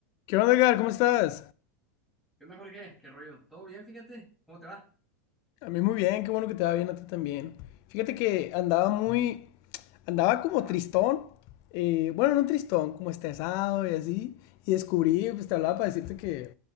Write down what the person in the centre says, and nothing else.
¿Qué onda, Jorge? ¿Qué rollo? ¿Todo bien? Fíjate. ¿Cómo te va?
Ajá.